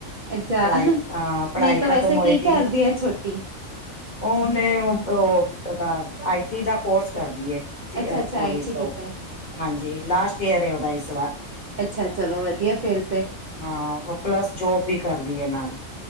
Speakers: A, on the right; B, on the left.
A: ਅੱਛਾ
B: ਪੜ੍ਹਾਈ ਹਾਂ ਪੜ੍ਹਾਈ
A: ਨਹੀਂ ਤਾਂ
B: ਖਤਮ
A: ਵੈਸੇ
B: ਹੋਏਗੀ।
A: ਕੀ ਕਰਦੀ ਹੈ ਛੋਟੀ
B: ਉਹਨੇ ਉਹ ਓ ਉਦਾਂ ਆਈ ਟੀ ਦਾ ਕੋਰਸ ਕਰਦੀ ਐ। ਸੀ
A: ਅੱਛਾ
B: ਅ
A: ਅੱਛਾ
B: ਕੋਲੀਜ
A: ਆਈ ਟੀ
B: ਤੋ,
A: ਕੀਤਾ ਹੈ
B: ਹਾਂਜੀ ਲਾਸਟ ਈਅਰ ਐ ਉਹਦਾ ਇਸ ਵਾਰ।
A: ਅੱਛਾ ਚਲੋ ਵਧੀਆ ਫੇਰ ਤੇ
B: ਹਾਂ, ਉਹ ਪਲੱਸ ਜੋਬ ਵੀ ਕਰਦੀ ਐ ਨਾਲ।